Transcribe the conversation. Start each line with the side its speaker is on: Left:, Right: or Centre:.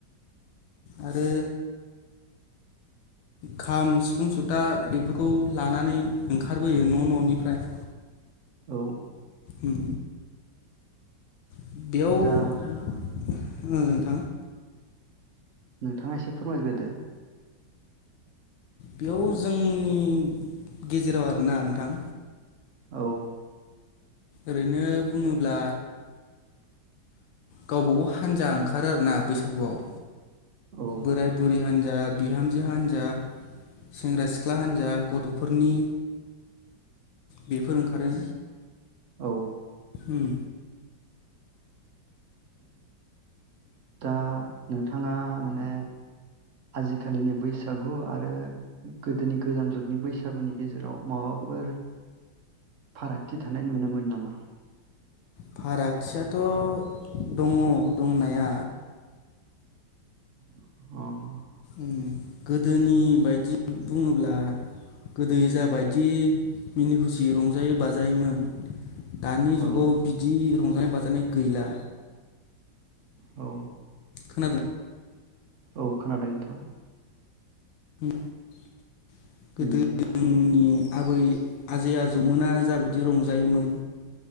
Left: आरो खाम सिफुं जथा बेफोरखौ लानानै ओंखारबोयो न' न'निफ्राय
Right: औ
Left: उम बेयाव
Right: दा नोंथाङा एसे फोरायग्रोदो।
Left: बेयाव जोंनि गेजेराव आरोना नोंथां।
Right: औ
Left: ओरैनो बुङोब्ला गावबागाव हान्जा ओंखारो आरोना बैसागुआव।
Right: औ
Left: बोराय बुरि हान्जा बिहामजो हान्जा सेंग्रा सिख्ला हान्जा गथ'फोरनि बेफोर ओंखारो
Right: औ
Left: उम
Right: दा नोंथाङा माने आजिखालिनि बैसागु आरो गोदोनि गोजाम जुगनि बैसागुनि गेजेराव माबाफोर फारागथि थानाय नुनो मोनो नामा?
Left: फारागथियाथ' दङ दंनाया।
Right: <unintelligible>
Left: उम गोदोनि बायदि बुङोब्ला गोदो जा बायदि मिनि खुसि रंजायो बाजायोमोन दानि
Right: औ
Left: जुगाव बिदि रंजानाय बाजानाय गैला।
Right: औ।
Left: खोनादों?
Right: औ खोनादों नोंथां।
Left: <unintelligible> गोदोनि
Right: उम
Left: आबै आजै आजौमोना जाबायदि रंजायोमोन।